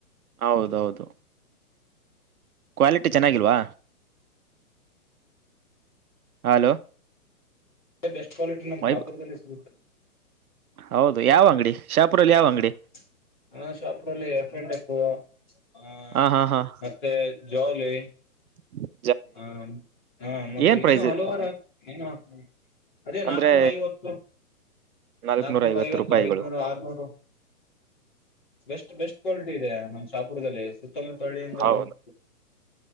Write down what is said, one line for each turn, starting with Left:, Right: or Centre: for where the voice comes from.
Right: ಹೌದೌದು ಕ್ವಾಲಿಟಿ ಚೆನ್ನಾಗಿಲ್ವಾ ಹಲೋ
Left: ಬೆಸ್ಟ್ ಕ್ವಾಲಿಟಿ ನಮ್
Right: ವೈಬ್
Left: ಶಾಪುರ್ದಲ್ಲಿ ಸಿಗುತ್ತೆ
Right: ಹೌದು ಯಾವ ಅಂಗಡಿ ಶಾಪುರಲ್ಲಿ ಯಾವ
Left: ಹ್ಮ
Right: ಅಂಗಡಿ
Left: ಹಾ ಶಾಪುರ ಅಲ್ಲಿ ಎಫ್ ಅಂಡ್ ಎಫ್ ಆ
Right: ಹಾ ಹಾ ಹಾ
Left: ಮತ್ತೆ ಜೋಲೇ
Right: <inaudible>
Left: ಹಾ ಹಾ ಮತ್ತೆ
Right: ಏನ್
Left: ಇನ್ನು
Right: ಪ್ರೈಸ್
Left: ಹಲವಾರು ಇನ್ನು ಹ್ಮ್ ಅದೇ
Right: ಅಂದ್ರೆ
Left: ನಾಕ್ನೂರ ಐವತ್ತು
Right: ನಾಲ್ಕನೂರ
Left: ನಾಕ್ನೂರ ಐವತ್ತು
Right: ರೂಪಾಯಿಗಳು
Left: ಐದನೂರು ಆರ್ನೂರು ಬೆಸ್ಟ್ ಬೆಸ್ಟ್ ಕ್ವಾಲಿಟಿ ಇದೆ ನಮ್ಮ ಶಾಪುರ್ದಲ್ಲಿ ಸುತ್ತಮುತ್ತಳ್ಳಿಯಿಂದ
Right: ಹೌದು
Left: ಬಂದ್